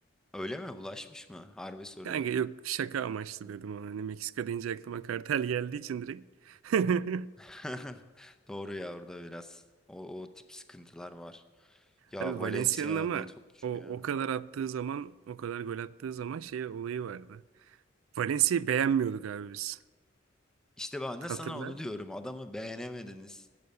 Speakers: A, in the centre; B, on the right (about 85°).
A: Öyle mi? Bulaşmış mı? Harbi soruyorum.
B: Kanka yok şaka amaçlı dedim ona. Hani Meksika deyince aklıma kartel geldiği için direkt. <laughs>
A: <laughs> Doğru ya orada biraz. O, o tip sıkıntılar var. Ya
B: Tabii
A: Valencia
B: Valencia'nın ama
A: ne topçu
B: o o
A: ya.
B: kadar attığı zaman, o kadar gol attığı zaman şey olayı vardı. Valencia'yı beğenmiyorduk abi biz.
A: İşte ben de
B: Hatırla.
A: sana onu diyorum. Adamı beğenemediniz.